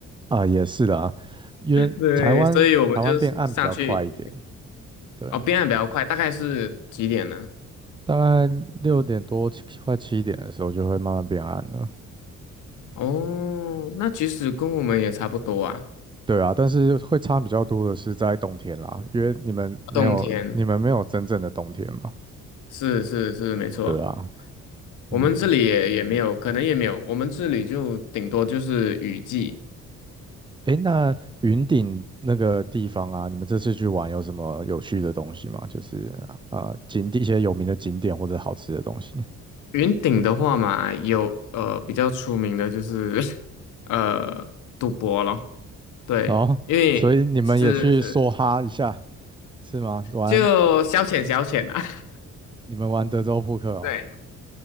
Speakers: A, on the right; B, on the left.
A: 啊，也是啦，因为台湾台湾变暗比较快一点，
B: 对，所以我们就上去
A: 对。
B: 哦，变暗比较快，大概是几点呢？
A: 大概六点多七快七点的时候就会慢慢变暗了。
B: 哦，那其实跟我们也差不多啊。
A: 对啊，但是会差比较多的是在冬天啦，因为你们没有你们没有真正的冬天嘛。
B: 冬天是是是，没错，
A: 对啊，
B: 我们这里也也没有，
A: 嗯，
B: 可能也没有，我们这里就顶多就是雨季。
A: 诶，那云顶那个地方啊，你们这次去玩有什么有趣的东西吗？就是呃景点一些有名的景点或者好吃的东西。
B: 云顶的话嘛，有呃比较出名的就是 <laughs> 呃赌博咯，对，
A: 哦，
B: 因为是是
A: 所以你们也去梭哈一下是吗？玩
B: 就消遣消遣啊，
A: 你们玩德州扑克哦。
B: <laughs> 对，